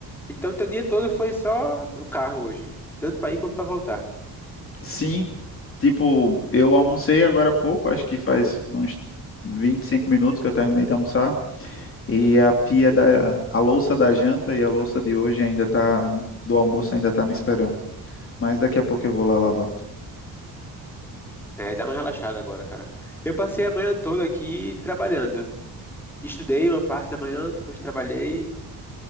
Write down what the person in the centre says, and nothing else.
Então, teu dia todo foi só no carro hoje, tanto pra ir como pra voltar.
É, dá uma relaxada agora, cara. Eu passei a manhã toda aqui trabalhando. Estudei uma parte da manhã, depois trabalhei